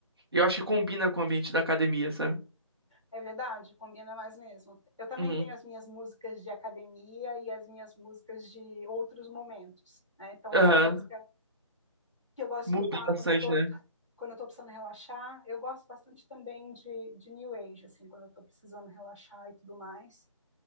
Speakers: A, on the right; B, in the centre.
A: Eu acho que combina com o ambiente da academia, sabe?
B: É verdade, combina mais mesmo. Eu também
A: Uhum.
B: tenho as minhas músicas de academia e as minhas músicas de outros momentos, né? Então
A: Aham.
B: tem a música que eu gosto
A: Muda
B: de escutar
A: bastante,
B: quando eu tô,
A: né?
B: quando eu tô precisando relaxar. Eu gosto bastante também de, de New Age, assim, quando eu tô precisando relaxar e tudo mais.